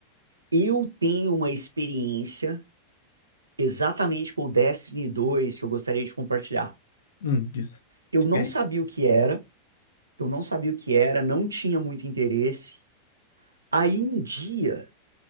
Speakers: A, on the right (about 80°); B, on the left (about 65°).
A: Eu tenho uma experiência exatamente com o Destiny dois que eu gostaria de compartilhar.
B: Hum, diz,
A: Eu
B: diga
A: não
B: aí.
A: sabia o que era, eu não sabia o que era, não tinha muito interesse. Aí um dia,